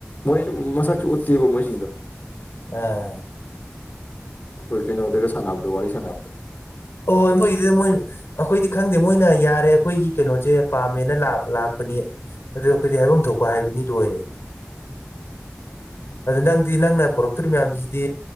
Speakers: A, on the left; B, on the left.
A: ꯃꯣꯏ ꯃꯁꯛꯁꯨ ꯎꯠꯇꯦꯕ ꯃꯣꯏꯁꯤꯡꯗꯣ
B: ꯑꯥ
A: ꯈꯣꯏ ꯀꯩꯅꯣꯗꯒ ꯁꯥꯟꯅꯕꯗꯣ ꯋꯥ ꯋꯥꯔꯤ ꯁꯥꯟꯅꯕꯗꯣ
B: ꯑꯣ ꯃꯣꯏꯗꯣ ꯃꯣꯏ ꯑꯩꯈꯣꯏꯗꯤ ꯈꯪꯗꯦ ꯃꯣꯏꯅ ꯌꯥꯔꯦ ꯑꯩꯈꯣꯏꯒꯤ ꯀꯩꯅꯣꯁꯦ ꯄꯥꯝꯃꯦꯅ ꯂꯥꯛꯄꯅꯤ ꯑꯗꯨ ꯑꯩꯈꯣꯏꯗꯤ ꯍꯥꯏꯐꯝ ꯊꯣꯛꯄ ꯍꯥꯏꯕꯅꯤ ꯂꯣꯏꯔꯦ
A: <unintelligible>
B: ꯑꯗꯨ ꯅꯪꯗꯤ ꯅꯪꯅ ꯄꯨꯔꯛꯇꯣꯔꯤꯕ ꯃꯌꯥꯝꯁꯤꯗꯤ